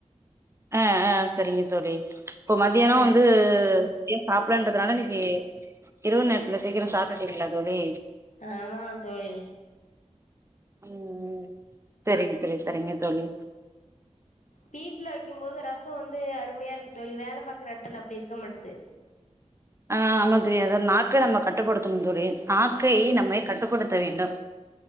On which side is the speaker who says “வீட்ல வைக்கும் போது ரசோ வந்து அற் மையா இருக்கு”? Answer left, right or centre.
Left